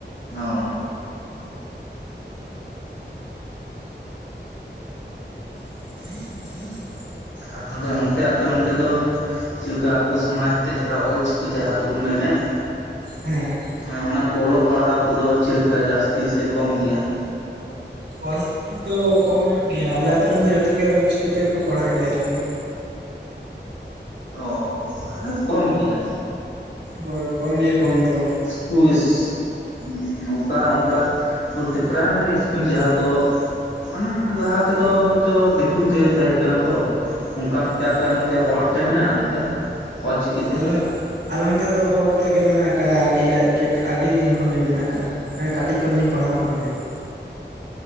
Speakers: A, on the left; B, on the right.
A: ᱚ,
B: <unintelligible>
A: ᱟᱨ ᱛᱚᱵᱮ ᱚᱱᱛᱮ ᱟᱯᱮ ᱚᱱᱛᱮ ᱫᱚ ᱪᱮᱫ ᱞᱮᱠᱟ ᱟᱵᱚ ᱥᱚᱢᱟᱡᱽ ᱛᱮ ᱡᱟᱦᱟᱸ ᱚᱞᱪᱤᱠᱤ ᱡᱟᱦᱟᱸ ᱫᱚᱵᱚᱱ ᱢᱮᱱᱮᱫ,
B: ᱦᱮᱸ।
A: ᱦᱮᱸ ᱚᱱᱟ ᱠᱚ ᱚᱞᱚᱜ ᱯᱟᱲᱦᱟᱣ ᱠᱚᱫᱚ ᱪᱤᱫ ᱞᱮᱠᱟ ᱡᱟᱹᱥᱛᱤ ᱥᱮ ᱠᱚᱢ ᱜᱮᱭᱟ?
B: ᱚᱞ ᱪᱤᱠᱤ ᱫᱚ ᱠᱚᱢ ᱧᱚᱜ ᱜᱮᱭᱟ ᱟᱞᱮ ᱟᱹᱛᱩ ᱨᱮᱱ ᱫᱚ ᱡᱚᱛᱚ ᱜᱮ ᱚᱞ ᱪᱤᱠᱤ ᱛᱮᱜᱮ ᱠᱚ ᱯᱟᱲᱦᱟᱜ ᱜᱮᱭᱟ ᱟᱨᱠᱤ।
A: ᱚ ᱢᱟᱱᱮ ᱠᱚᱢ ᱜᱮᱭᱟ।
B: ᱦᱳᱭ ᱠᱚᱢ ᱜᱮᱭᱟ ᱠᱚᱢ ᱫᱚ᱾
A: <unintelligible> ᱚᱱᱠᱟ ᱚᱱᱠᱟ ᱵᱚᱞᱛᱮ ᱯᱨᱟᱭᱢᱟᱨᱤ ᱥᱠᱩᱞ ᱡᱟᱦᱟᱸ ᱫᱚ ᱚᱱᱮ ᱞᱟᱦᱟ ᱛᱮᱫᱚ ᱦᱚᱭᱛᱚ ᱫᱤᱠᱩ ᱛᱮ ᱛᱟᱦᱮᱸ ᱠᱟᱱᱟ ᱛᱚ᱾ ᱚᱱᱠᱟ ᱚᱱᱛᱮ
B: ᱦᱮᱸ
A: ᱟᱯᱮ ᱚᱱᱛᱮ ᱦᱚᱲᱛᱮ ᱢᱮᱱᱟᱜᱼᱟ ᱚᱱᱛᱮ ᱚᱞᱪᱤᱠᱤ ᱛᱮ?
B: ᱟᱞᱮ ᱟᱞᱮ ᱚᱱᱛᱮ ᱫᱚ ᱦᱚᱲ ᱛᱮᱜᱮ ᱢᱮᱱᱟᱜ ᱠᱟᱜᱼᱟ᱾ ᱟᱹᱰᱤ <unintelligible> ᱟᱹᱰᱤ ᱫᱤᱱ ᱠᱷᱚᱱ ᱜᱮ ᱢᱮᱱᱟᱜ ᱠᱟᱜᱼᱟ᱾ ᱮᱸ ᱠᱟᱴᱤᱡ ᱠᱷᱚᱱ ᱞᱤᱧ ᱯᱟᱲᱦᱟᱣ ᱠᱟᱱᱟ ᱚᱸᱰᱮ ᱜᱮ᱾